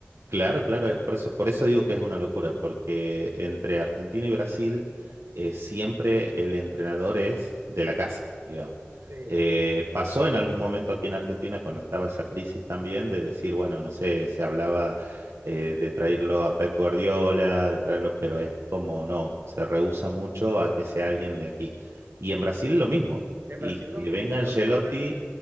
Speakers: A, on the right; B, on the right.
A: Claro, claro, eh, por eso, por eso digo que es una locura, porque entre Argentina y Brasil eh, siempre el entrenador es de la casa, digamos.
B: Sí,
A: Eh, pasó en algún momento aquí en Argentina cuando estaba esa crisis también de decir, bueno, no sé, se hablaba eh, de traerlo a Pep Guardiola, de traerlo, pero es como no, se rehúsa mucho a que sea alguien de aquí. Y
B: sí.
A: en Brasil lo mismo,
B: En
A: y
B: Brasil
A: que
B: lo mismo.
A: venga
B: Creo
A: Ancelotti
B: que una